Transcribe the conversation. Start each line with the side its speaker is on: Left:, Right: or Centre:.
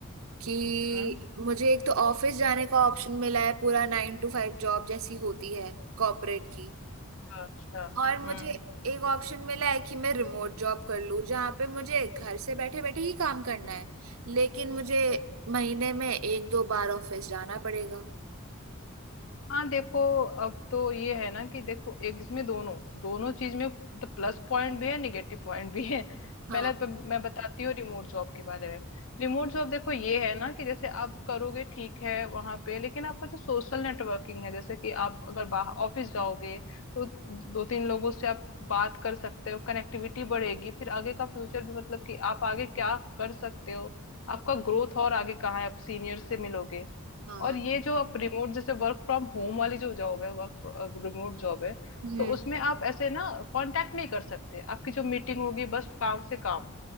Right: कि
Left: हम्म
Right: मुझे एक तो ऑफिस जाने का ऑप्शन मिला है पूरा नाइन टू फाइव जॉब जैसी होती है कॉर्पोरेट की
Left: अच्छा
Right: और मुझे
Left: हम्म
Right: एक ऑप्शन मिला है कि मैं रिमोट जॉब कर लूँ जहाँ पे मुझे घर से बैठे बैठे ही काम करना है लेकिन मुझे महीने में एक दो बार ऑफिस जाना पड़ेगा
Left: हाँ देखो अब तो ये है ना कि देखो एग्स में दोनों दोनों चीज में तो प्लस पॉइंट भी है निगेटिव पॉइंट भी है
Right: हाँ
Left: पहले तो मैं बताती हूँ रिमोट जॉब के बारे में रिमोट जॉब देखो ये है ना कि जैसे आप करोगे ठीक है वहां पे लेकिन आपका जो सोशल नेटवर्किंग है जैसे कि आप अगर बाहर ऑफिस जाओगे तो दो तीन लोगों से आप बात कर सकते हो कनेक्टिविटी बढ़ेगी फिर आगे का फ्यूचर भी मतलब कि आप आगे क्या कर सकते हो आपका ग्रोथ और आगे कहाँ है आप सीनियर से मिलोगे
Right: हाँ
Left: और ये जो आप रिमोट जैसे वर्क फ्रॉम होम वाली जो जॉब है वर्क रिमोट जॉब है
Right: हम्म
Left: तो उसमें आप ऐसे ना कांटेक्ट नहीं कर सकते आपकी जो मीटिंग होगी बस काम से काम